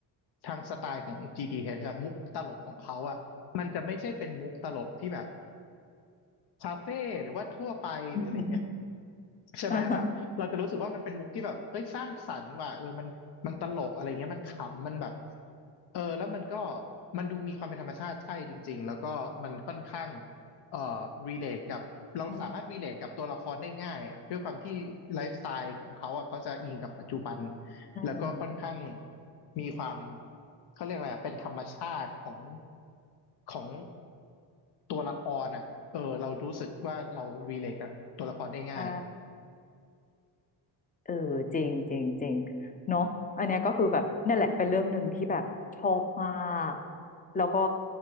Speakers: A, on the left; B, on the left.
A: ทางสไตล์ของ GDH อชอะมุกตลกของเขาอะมันจะไม่ใช่เป็นมุกตลกที่แบบคาเฟ่หรือว่าทั่วไปหรืออะไรเงี้ย
B: <laughs>
A: ใช่ไหมแบบเราจะรู้สึกว่ามันเป็นมุกที่แบบเอ้ยสร้างสรรค์ว่ะเออมันมันตลกอะไรเงี้ยมันขำมันแบบ
B: อ่าฮะ
A: เออแล้วมันก็มันดูมีความเป็นธรรมชาติใช่จริงๆแล้วก็มันค่อนข้างเอ่อรีเลทกับเราสามารถรีเลทกับตัวละครได้ง่ายอะด้วยความที่ไลฟ์สไตล์ของเขาอ่ะเขาจะอิงกับปัจจุบัน
B: อืมอืม
A: แล้วก็ค่อนข้างมีความเขาเรียกอะไรอะเป็นธรรมชาติของของตัวละครอ่ะเออเรารู้สึกว่าเรารีเลทกับตัวละครได้ง่าย
B: ใช่ เออจริงจริงจริงเนาะอันเนี้ยก็คือแบบนั่นแหละเป็นเรื่องหนึ่งที่แบบชอบมากแล้วก็